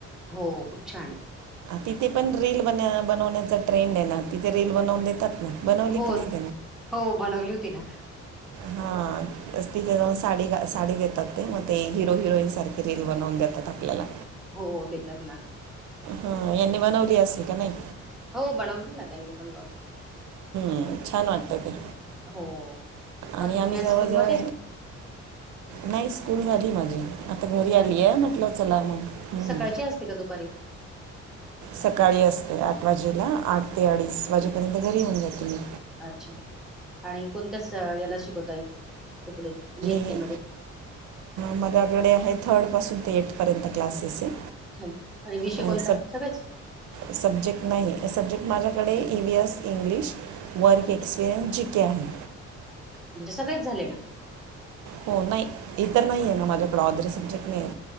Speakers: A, in the centre; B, on the right.
A: हो खूप छान आहे
B: तिथे पण रीलील बन बनवण्या ट्रेन आहे ना तिथे रेल बनवून देतात ना बनवली
A: हो
B: की नाही
A: हो बनवली होती ना
B: हा असती जगा साडी ग साडी देतात ते मग ते हिरो हिरोईन सारखी रील बनवून देतात आपल्याला
A: हो देतात ना
B: हा यांनी बनवली असे का नाही
A: हो बनवली ना त्यांनी पण ब
B: ह छान वाटतात
A: हो बाकी
B: आणि आम्ही
A: तुम्ही आज
B: जवळ
A: स्कूलमध्ये?
B: जवळ नाही स्कूल झाली माझी आता घरी
A: झाली.
B: आलीय म्हटलं चला मग हम्
A: सकाळची असते का दुपारी?
B: सकाळी असते आठ वाजेला आठ ते अडीच वाजेपर्यंत घरी येऊन जाात तुम्ही
A: अच्छा आणि कोणत्या याला शिकवताईत तुकडे येत
B: मी
A: त्या मध्ये
B: माझ्याकडे आहे थर्ड पासून ते एथ पर्यंत क्लासेस आहे
A: हं. आणि विषय
B: ह
A: कोणता? सगळेच
B: सब्जेक्ट नाही सब्जेक्ट माझ्या माझ्याकडे E V S English work experience जके आहे
A: म्हणजे सगळेच झाले ना?
B: हो नाही इतर नाही आहे ना माझ्याकडें ऑर्दरी सब्जेक्ट नाही